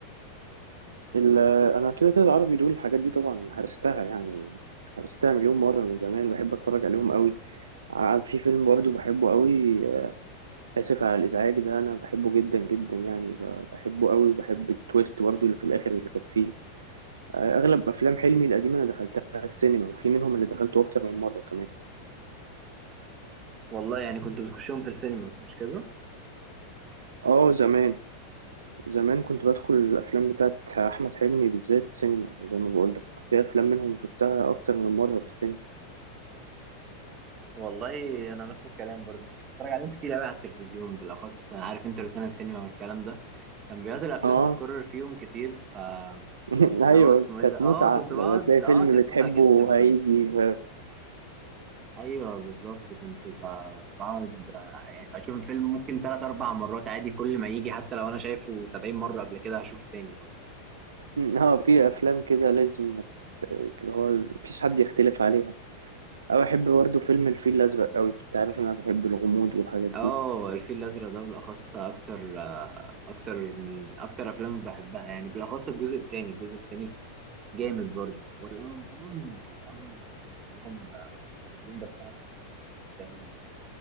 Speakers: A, on the right; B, on the right.
A: ال- انا كده كده العربي دول الحاجات دي طبعا هرستها يعني هرستها مليون مره من زمان بحب اتفرج عليهم قوي ع- في فيلم برضه بحبه قوي آسف على الإزعاج ده أنا بحبه جدا جدا يعني ب- بحبه قوي وبحب التويست برضه اللي في الآخر اللي كانت فيه آه، أغلب أفلام حلمي القديمة أنا دخلتها السينما وفي منهم اللي دخلته أكتر من مرة كمان
B: والله يعني كنت بتخشهم في السينما مش كده
A: آه زمان زمان كنت بدخل الأفلام بتاعت أحمد حلمي بالذات سينما زي ما بقولك في أفلام منهم شفتها أكتر من مرة في السينما
B: والله انا نفس الكلام برضو كنت بتفرج عليهم كتير قوي على التلفزيون بالاخص عارف انت روتانا السينما والكلام ده كان بيقعد الافلام
A: آه
B: تتكرر فيهم كتير ف
A: <laughs>
B: اللي
A: أيوة
B: هو اسمه
A: كانت
B: ايه ده اه
A: متعة
B: كنت
A: لما
B: بقعد
A: تلاقي
B: اه
A: فيلم
B: كانت
A: بتحبه
B: متعه جدا كنت
A: هيجي <laughs> ف...
B: ايوه بالظبط كنت ب- بقعد آه، يعني اشوف الفيلم ممكن ثلاث اربع مرات عادي كل ما يجي حتى لو انا شايفه 70 مره قبل كده هشوفه تاني برضه
A: اه في افلام كده لازم اللي هو مفيش حد يختلف عليها أو أحب برضه فيلم الفيل الأزرق أوي أنت عارف إن أنا بحب الغموض والحاجات دي
B: اه الفيل الازرق ده بالاخص اكتر آه، اكتر من اكتر افلام بحبها يعني بالاخص الجزء التاني الجزء التاني جامد برضه والاول طبعا الاول والتاني كلهم آه، حلوين بس انا التاني كان بالنسبه لي